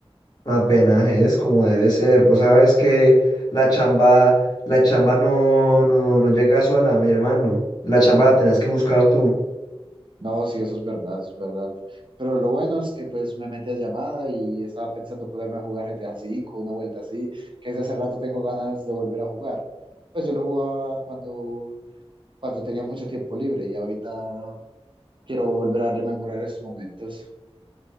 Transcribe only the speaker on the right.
No, sí, eso es verdad, eso es verdad. Pero lo bueno es que pues me metí a llamada y estaba pensando ponerme a jugar GTA V, una vuelta así, que desde hace rato tengo ganas de volver a jugar. Pues yo lo jugaba cuando, cuando tenía mucho tiempo libre y ahorita quiero volver a rememorar esos momentos.